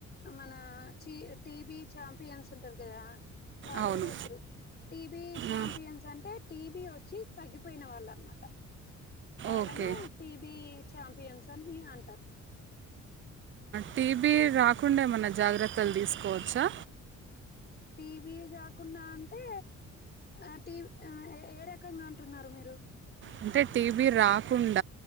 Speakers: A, on the left (about 35°); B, on the right (about 40°).
A: మన చి టీబి చాంపియన్స్ ఉంటారు కదా వాళ్ళు
B: అవును
A: కూడా వచ్చిర్రు టీబీ చాంపియన్స్
B: ఆ,
A: అంటే టీబీ వచ్చి తగ్గిపోయిన వాళ్ళు అనమాట వాళ్ళను
B: ఓకే
A: టీబీ చాంపియన్స్ అని అంటరు
B: టీబీ రాకుండా ఏమన్నా జాగ్రత్తలు తీసుకోవచ్చా
A: టీబీ కాకుండా అంటే అ టీ ఏ రకంగా అంటున్నారు మీరు
B: అంటే టీబి రాకుండ్